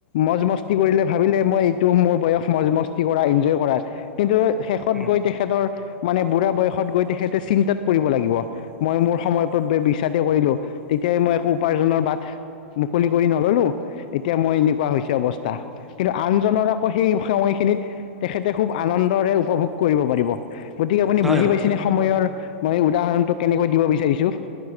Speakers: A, on the left; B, in the centre.
A: মজমস্তি কৰিলে ভাবিলে মই এইটো মোৰ বয়স মজমস্তি কৰা, এনজয় কৰা, কিন্তু শেষত
B: উম,
A: গৈ তেখেতৰ মানে বুঢ়া বয়সত গৈ তেখেতে চিন্তাত পৰিব লাগিব। মই মোৰ সময় অপব্যয় মিছাতে কৰিলোঁ, তেতিয়াই মই একো উপাৰ্জনৰ বাট মুকলি কৰি নললোঁ, এতিয়া মই এনেকুৱা হৈছে অৱস্থা। কিন্তু আনজনৰ আকৌ সেই সময়খিনিত তেখেতে খুব আনন্দৰে উপভোগ কৰিব পাৰিব। গতিকে আপুনি
B: হয়,
A: বুজি
B: হয়।
A: পাইছেনে সময়ৰ মই উদাহৰণটো কেনেকৈ দিব বিচাৰিছো